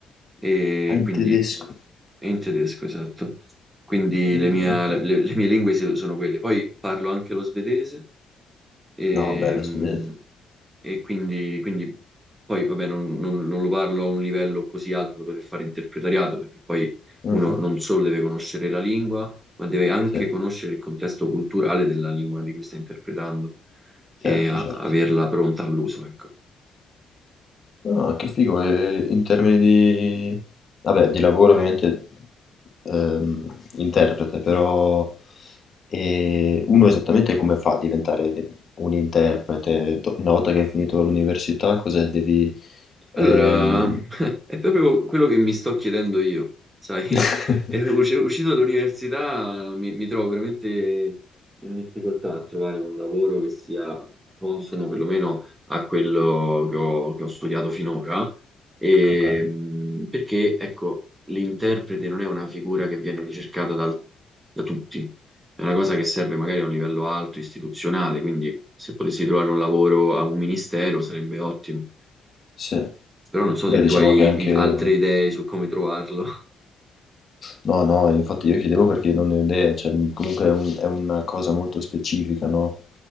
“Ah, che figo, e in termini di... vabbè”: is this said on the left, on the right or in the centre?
Left